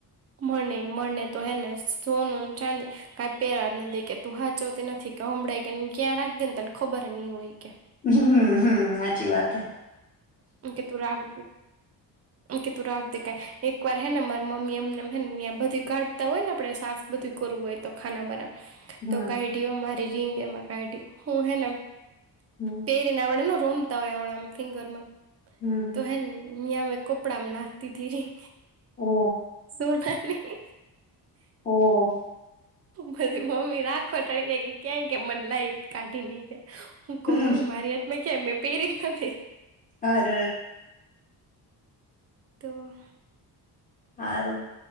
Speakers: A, on the right; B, on the left.
A: મને મળને તો હેને સોનુંને ચાંદી કઈ પહેરા જ નદે, કે તું હાચવતી નથી કે હભળાઈ કે ક્યાં રાખ દે ને તને ખબર નહી હોય કે
B: હમ્મ, હાચી વાત હૈ.
A: એમકે તું રાખ, એમકે તું રાખ ક એકવાર હે ને મારી મમ્મી એમને બધું કાઢતા હોય ને આપડે સાફ બધું કરવું હોય તો ખાના બનાવ
B: હમ
A: તો કાયડીઓ મારી રીંગ એમાં કાઇઢી, હું હે ને
B: હમ
A: પેરીનેવડ રોમ તા હોણા ફિંગર માં
B: હમ
A: તો હે નિયામ કપડામાં નાખતી ધી રિંગ
B: ઓ
A: સોનાની
B: ઓહ
A: પછી મમ્મી રાખો ટણગ્યા કે ક્યાંય કે મને લાય કાઢી ઈ કે હૂં કવ
B: હમ
A: મમ્મી મારી હાટે મેં કે મેં પેહરીજ નથી
B: હાર
A: તો
B: હારું.